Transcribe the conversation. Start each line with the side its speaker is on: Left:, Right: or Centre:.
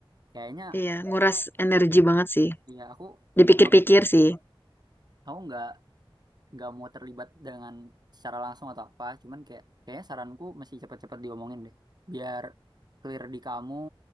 Right: Kayaknya
Left: Iya, nguras energi banget sih.
Right: ya aku
Left: Dipikir-pikir
Right: aku
Left: sih.
Right: aku nggak nggak mau terlibat dengan secara langsung atau apa cuman kayak kayaknya saranku mesti cepet-cepet diomongin deh biar clear di kamu